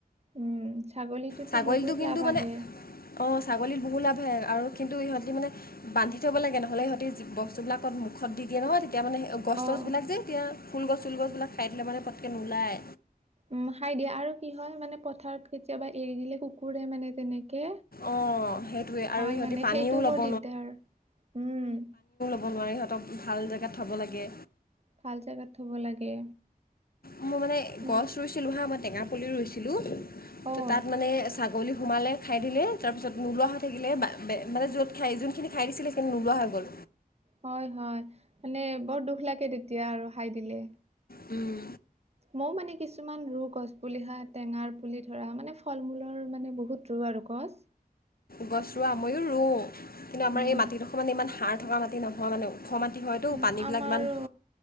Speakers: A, on the right (about 45°); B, on the left (about 75°).
A: উম ছাগলীটোতো
B: ছাগলীটো
A: বহুত
B: কিন্তু
A: লাভ
B: মানে
A: আহে।
B: অঁ ছাগলীত বহু লাভে আৰু কিন্তু ইহঁতি মানে বান্ধি থ'ব লাগে নহ'লে ইহঁতি বস্তুবিলাকত। মুখত দি দিয়ে নয় তেতিয়া মানে গছ
A: অ'।
B: চছ বিলাক যে এতিয়া ফুল গছ চুল গছ বিলাক খাই দে মানে পতকে নোলায়।
A: উম খাই দিয়ে আৰু কি হয় মানে পথাৰত কেতিয়াবা এৰি দিলে কুকুৰে মানে তেনেকে।
B: অঁ সেইটোৱে
A: হাই
B: আৰু ইহঁতি
A: মানে
B: পানীও
A: সেইটোও
B: ল'ব
A: বৰ দিগদাৰ উম।
B: থ'ব নোৱাৰি সিহঁতক ভাল জেগাত থ'ব লাগে।
A: ফাল জেগাত থ'ব লাগে।
B: মই মানে
A: কিমান
B: গছ ৰুইছিলো হা মই টেঙা পুলিও ৰুইছিলো
A: অ',
B: ত তাত মানে। বাগলি সোমালে খাই দিলে তাৰপিছত নোলোৱা হৈ থাকিলে মানে য'ত খাই যোনখিনি খাই দিছিলে। নোলোৱা হৈ গ'ল।
A: হয় হয় মানে বৰ দুখ লাগে তেতিয়া আৰু খাই দিলে।
B: উম <unintelligible>
A: মইও মানে কিছুমান ৰু গছ পুলি হা টেঙাৰ পুলি ধৰা মানে ফল মূলৰ মানে বহুত ৰ বৰগছ।
B: গছ ৰোৱা মইো মওঁ কিন্তু আমাৰ
A: উম,
B: এই মাটি দুখমান ইমান সাৰ থকা মাটি নহয় মানে। খ মাটি হয়তো
A: উম,
B: পানীবিলাক
A: আমাৰো
B: ইমান